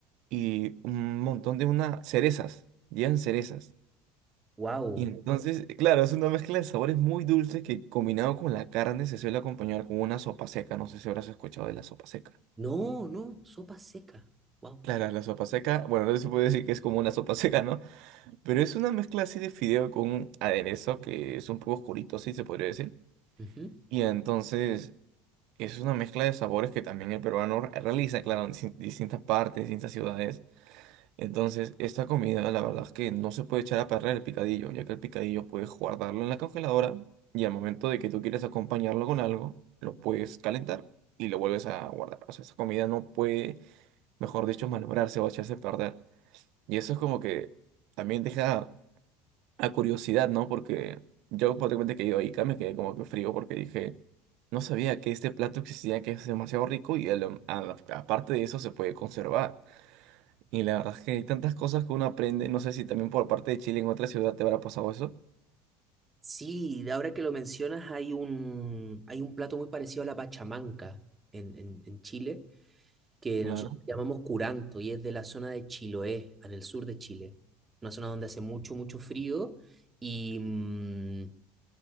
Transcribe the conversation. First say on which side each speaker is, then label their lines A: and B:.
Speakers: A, on the right; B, on the right.
A: y un montón de unas cerezas, llevan cerezas.
B: wow.
A: Y entonces, claro, es una mezcla de sabores muy dulces que combinado con la carne se suele acompañar con una sopa seca. No sé si habrás escuchado de la sopa seca.
B: No, no, sopa seca. Wow,
A: Claro,
B: qué.
A: la sopa seca, bueno, no se puede decir que es como una sopa <laughs> seca, ¿no? Pero es una mezcla así de fideo con un aderezo que es un poco oscurito, sí se podría decir.
B: ujú.
A: Y entonces es una mezcla de sabores que también el peruano re- realiza, claro, en distin- distintas partes, distintas ciudades. Entonces, esta comida, la verdad es que no se puede echar a perder el picadillo, ya que el picadillo puedes guardarlo en la congeladora y al momento de que tú quieras acompañarlo con algo, lo puedes calentar y lo vuelves a guardar. O sea, esa comida no puede, mejor dicho, malograrse o echarse a perder. Y eso es como que también deja a curiosidad, ¿no? Porque yo por repente que he ido a Ica me quedé como que frío porque dije, no sabía que este plato existía, que es demasiado rico y a lo- a la- aparte de eso se puede conservar. Y la verdad es que hay tantas cosas que uno aprende, no sé si también por parte de Chile en otra ciudad te habrá pasado eso.
B: Sí, de ahora que lo mencionas, hay un, hay un plato muy parecido a la pachamanca en, en, en Chile, que
A: Claro.
B: nosotros llamamos curanto y es de la zona de Chiloé, en el sur de Chile. Una zona donde hace mucho, mucho frío y, mm,